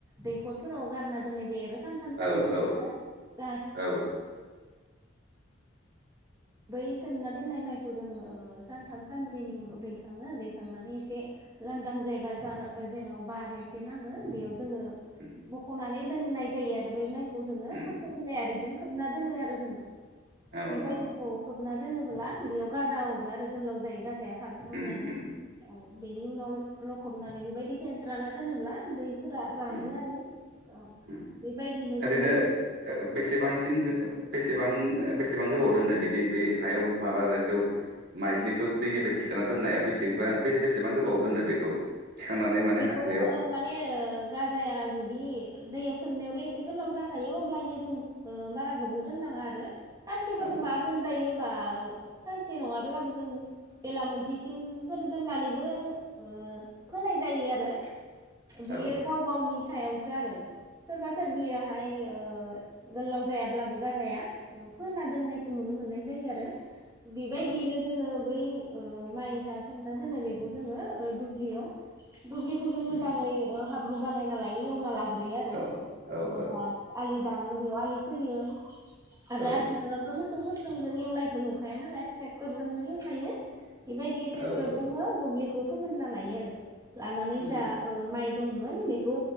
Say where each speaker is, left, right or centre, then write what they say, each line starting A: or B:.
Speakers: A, on the right; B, on the right.
A: दैखरफोराव गारना दोननाय जायो आरो-' सानथाम सानब्रैनि
B: औ औ
A: थाखाय जाहाथे
B: औ
A: बै सोमना दोननाय माइखौ जोङो सानथाम सानब्रैनि उनाव दैखाङो दैखांनानै एसे लांदां जायगा जार जेराव बार एसे नाङो बेयाव। जोङो
B: उम
A: दख'ना। <unintelligible> दोननाय जायो आरो बै माइ खौ जोङो
B: उम
A: थास बिलाइ आरि जों खोबना दोनो आरो जोङो।
B: औ
A: बिबायदि।
B: औ
A: खोबना दोनोबोला बेयाव गाजा अरो आरो गोलाव जायो गाजाया। थाबनो
B: उम
A: अब्लानिया
B: उम
A: औ। बेनि उनाव लखबनानै बेबायदि फेेनस्राना दोनोब्ला दै। फोर रानो
B: औ
A: आरो औ
B: उम
A: बेबायदिनो
B: ओरैनो
A: जोङो
B: ओ बेसेबांसिन गो- बेसेबां बेसेबां गोबाव दोनो बिदि बे हायाव माबाखौ माइज्लिखौ दैनिफ्राय थिखोना दोननाया बेसेबा बे बेसेबां गोबाव दोनो बेखौ। थिखांनानै
A: औ
B: माने
A: बेखौ
B: हा- बेयाव
A: ओ माने ओ गाजाया जुदि दैयाव सोमनायावनो एसे गोलाव जाखायो अब्लानिया जों ओ बारा गोबाव दोननाङा आरो। सानसेफोर
B: औ
A: बा दोनजायो। बा सानसे नङाब्लाबो जों बेला मोनसेसिमफोर दोननानैबो ओ फोनाय जायो आरो। बियो
B: औ
A: गाव गावनि सायाव। सो आरो सोरबा सोरबियाहाय ओ गोलाव जायाब्लाबो गाजाया फोना दोननायखौ नुनो मोननाय जायो आरो। बेबायदियैनो
B: औ
A: जोङो बै ओ माइ जा सोमना दोनो बेखौ जोङो ओ दुब्लियाव दुब्लिखौ जों मोजाङै
B: उम
A: ओ हाब बानायना लायो एवना‌ लागो ग्रोयो आरो
B: औ औ
A: ओ
B: औ
A: बा आलि। दानो बेयाव आलि खोयो। आरो
B: औ
A: आथिखालाथ मो सौफोरजों जों एवनायखौ नुखाया नालाय ट्रेक्टरजोंनो एवखायो। बेबायदि ट्रेक्टर
B: औ औ
A: जों दुुब्लि खुब फोमोनना लायो आरो। लानानै
B: उम
A: जा ओ माइ दंमोन बेखौ